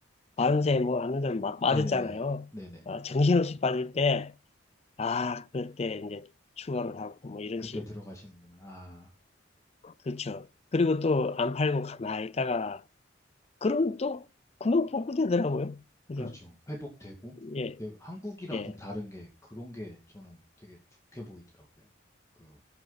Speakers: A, on the left (about 30°); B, on the left (about 15°).
A: 밤새 뭐 하면서 막 빠졌잖아요.
B: 네네네네. 네네.
A: 아, 정신없이 빠질 때, 아, 그때 이제 추가로 사고 뭐 이런
B: 그때
A: 식.
B: 들어가시는구나. 아,
A: 그렇죠. 그리고 또 안 팔고 가만히 있다가, 그러면 또 금방 복구되더라고요. 그죠?
B: 그렇죠. 회복되고.
A: 예,
B: 근데 한국이랑
A: 예.
B: 좀 다른 게 그런 게 저는 되게 좋게 보이더라고요. 그,